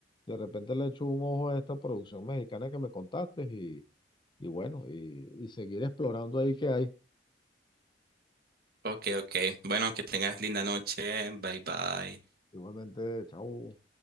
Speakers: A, on the left (about 25°); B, on the right (about 55°).
A: de repente le echo un ojo a esta producción mexicana que me contaste y, y bueno, y, y seguir explorando ahí que hay.
B: Ok, ok. Bueno, que tengas linda noche, bye bye.
A: Igualmente, chao.